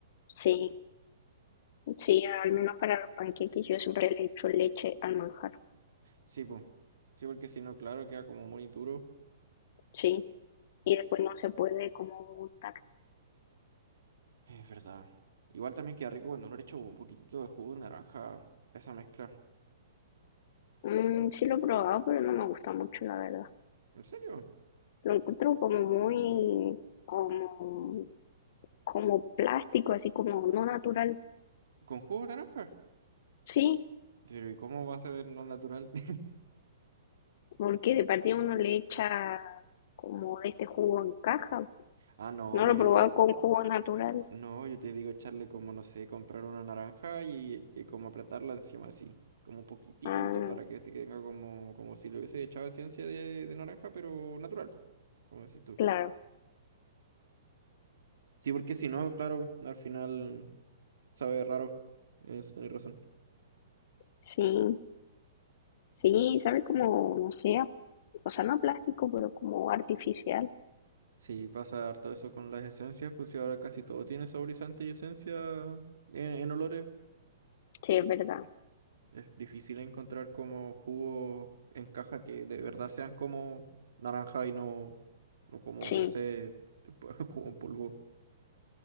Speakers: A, on the left (about 55°); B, on the right (about 75°).
A: Sí. Sí, al menos para los panqueques yo siempre le echo leche al manjar,
B: Sí, pues. Sí, porque si no, claro, queda como muy duro.
A: sí. Y después no se puede como untar.
B: Es verdad. Igual también queda rico cuando uno le echa un poquitito de jugo de naranja a esa mezcla.
A: Mm, sí lo he probado, pero no me gusta mucho, la verdad.
B: ¿En serio?
A: Lo encuentro como muy, como, como plástico, así como no natural.
B: ¿Con jugo de naranja?
A: Sí,
B: Pero ¿y cómo va a ser no natural? <laughs>
A: porque de partida uno le echa como de este jugo en caja.
B: Ah, no,
A: No
B: pues
A: lo he probado
B: yo te,
A: con jugo natural.
B: No, yo te digo echarle como, no sé, comprar una naranja y, y como apretarla encima así, como un poquitito
A: Ah,
B: para que te tenga como, como si le hubiese echado esencia de, de naranja, pero natural, po, como decís tú.
A: claro,
B: Sí, porque si no, claro, al final sabe raro, eso tenés razón.
A: sí. Sí, sabe como, no sé, a- o sea, no a plástico, pero como artificial.
B: Sí, pasa harto eso con las esencias, pues si ahora casi todo tiene saborizante y esencia en, en olores,
A: Sí, es verdad.
B: Es difícil encontrar como jugos en caja que de verdad sean como naranja y no, no como,
A: Sí.
B: no sé, <laughs> jugo en polvo.